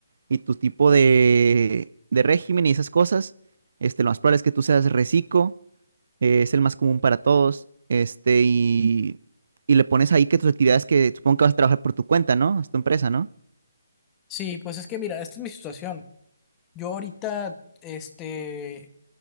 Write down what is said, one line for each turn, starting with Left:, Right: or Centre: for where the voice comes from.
Right: y tu tipo de, de régimen y esas cosas. Este, lo más probable es que tú seas reciclo, eh, es el más común para todos, este, y, y le pones ahí que tus actividades que supongo que vas a trabajar por tu cuenta, ¿no? Es tu empresa, ¿no?
Left: Sí, pues es que mira, esta es mi situación. Yo ahorita, este,